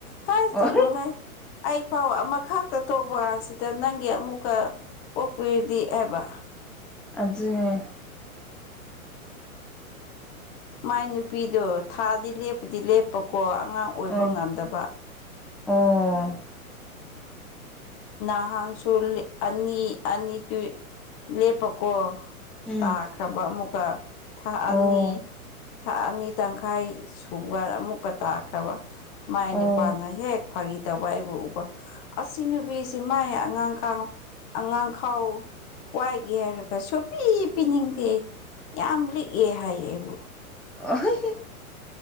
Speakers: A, on the left; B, in the centre.
A: ꯍꯥꯏ
B: ꯑꯣ
A: ꯆꯠꯂꯣ ꯍꯥꯏꯣꯏ ꯑꯩ ꯐꯥꯎ ꯑꯃꯈꯥꯛꯛꯇ ꯇꯣꯛꯄ ꯀꯥꯟꯁꯤꯗ ꯅꯪꯒꯤ ꯑꯃꯨꯛꯀ ꯄꯣꯛꯄꯤꯔꯗꯤ ꯍꯥꯏꯕ
B: ꯑꯗꯨꯗ
A: ꯃꯥꯏ ꯅꯨꯄꯤꯗꯣ ꯊꯥꯗꯤ ꯂꯦꯞꯄꯨꯗꯤ ꯂꯦꯞꯄꯀꯣ ꯑꯉꯥꯡ ꯑꯣꯏꯕ
B: ꯑꯣ
A: ꯉꯝꯗꯕ
B: ꯑꯣ
A: ꯅꯍꯥꯟꯁꯨ ꯑꯅꯤ ꯑꯅꯤ ꯇꯨ ꯂꯦꯞꯄꯀꯣ
B: ꯎꯝ
A: ꯇꯥꯈ꯭ꯔꯕ ꯑꯃꯨꯛꯀ ꯊꯥꯑꯅꯤ
B: ꯑꯣ
A: ꯊꯥ ꯑꯅꯤ ꯇꯪꯈꯥꯏ ꯁꯨꯕ ꯑꯃꯨꯛꯀ ꯇꯥꯈ꯭ꯔꯕ ꯃꯥꯏ
B: ꯑꯣ
A: ꯅꯨꯄꯥꯅ ꯍꯦꯛ ꯐꯥꯒꯤ ꯇꯧꯕ ꯑꯩꯕꯨ ꯎꯕ ꯑꯁꯤ ꯅꯨꯄꯤ ꯁꯤ ꯃꯥꯏ ꯑꯉꯥꯡꯥꯎ ꯑꯉꯥꯡ ꯈꯥꯎ ꯋꯥꯏꯒꯦ ꯍꯥꯏꯔꯒ ꯁꯣꯄꯤ ꯄꯤꯅꯤꯡꯗꯦ ꯌꯥꯝ ꯂꯤꯛꯑꯦ ꯍꯥꯏꯌꯦ ꯑꯩꯕꯨ
B: ꯑꯍ ꯍ